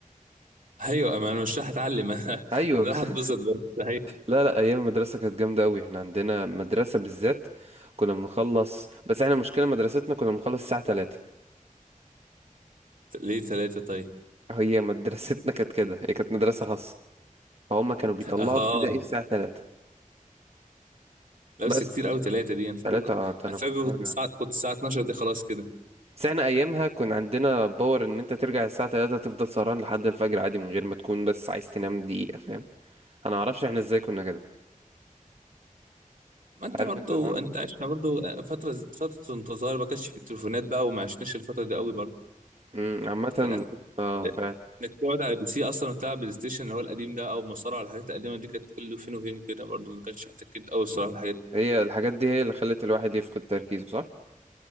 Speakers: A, on the right; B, on the right.
A: ايوه ما انا مش راح اتعلم <laughs> انا
B: ايوه
A: انا
B: بس
A: راح اتبسط
B: <laughs>
A: بس هي
B: لا لا ايام المدرسه كانت جامده قوي احنا عندنا مدرسه بالذات كنا بنخلص بس احنا مشكله مدرستنا كنا بنخلص الساعه 3
A: ليه ثلاثة طيب؟
B: هي مدرستنا <laughs> كانت كده هي كانت مدرسه خاصه فهم كانوا بيطلعوا
A: اه
B: ابتدائي الساعه 3
A: لبس
B: بس
A: كتير قوي ثلاثة دي انا فاكر
B: 3 اه ده انا
A: انا فاكر
B: كنت برجع
A: كنت الساعة كنت الساعة 12 دي خلاص كده
B: بس احنا ايامها كان عندنا باور ان انت ترجع الساعه 3 تفضل سهران لحد الفجر عادي من غير ما تكون بس عايز تنام دقيقه فاهم انا ما اعرفش احنا ازاي كنا كده
A: ما انت
B: عارف
A: برضو
B: انت الحوار ده
A: انت عشنا برضو فترة فترة وانت صغير ما كانش في التليفونات بقى وما عشناش الفترة دي قوي برضو
B: امم عامه
A: كان اخرك
B: اه فعلا
A: انك تقعد على بي سي اصلا وتلعب بلاي ستيشن اللي هو القديم ده او مصارعة الحاجات القديمة دي كانت كله فين وفين كده برضو ما كانش احتكيت قوي الصراحة
B: هي الحاجات دي هي اللي خلت الواحد يفقد تركيزه صح؟